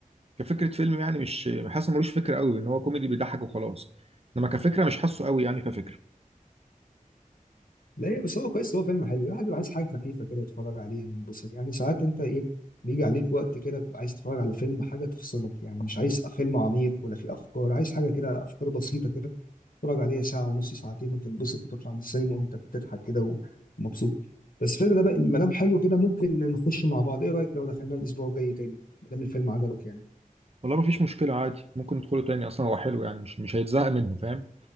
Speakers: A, on the right (about 45°); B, on the left (about 80°).
A: كفكره فيلم يعني مش حاسس إن ملوش فكره قوي ان هو كوميدي بيضحك وخلاص انما كفكره مش حاسه قوي يعني كفكره
B: لا هي بس هو كويس هو فيلم حلو يعني الواحد بيبقى عايز حاجه خفيفه كده يتفرج عليها ينبسط يعني ساعات انت ايه بيجي عليك وقت كده تبقى عايز تتفرج على فيلم حاجه تفصلك يعني مش عايز فيلم عميق ولا فيه افكار عايز حاجه كده افكار بسيطه كده تتفرج عليها ساعة ونص ساعتين وتنبسط وتطلع من السينما وانت بتضحك كده ومبسوط بس الفيلم ده بقى ما دام حلو كده ممكن نخش مع بعض ايه رأيك لو دخلنا الأسبوع الجاي تاني ما دام الفيلم عجبك يعني
A: والله ما فيش مشكله عادي ممكن ندخله تاني اصلا هو حلو يعني مش مش هيتزهق منه فاهم